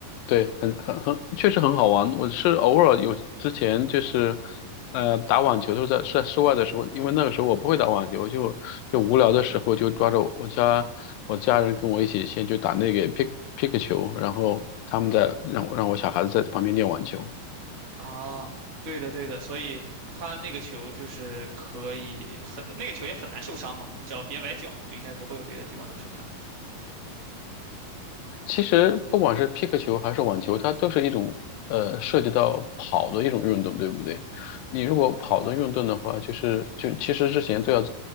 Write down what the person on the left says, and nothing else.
对，很很很，确实很好玩。我是偶尔有之前就是，呃，打网球都是在是在室外的时候，因为那个时候我不会打网球，就就无聊的时候就抓着我我家我家人跟我一起先去打那个 pick pick 球，然后他们在让我让我小孩子在旁边练网球。
其实不管是皮克球还是网球，它都是一种呃涉及到跑的一种运动，对不对？你如果跑的运动的话，就是就其实之前都要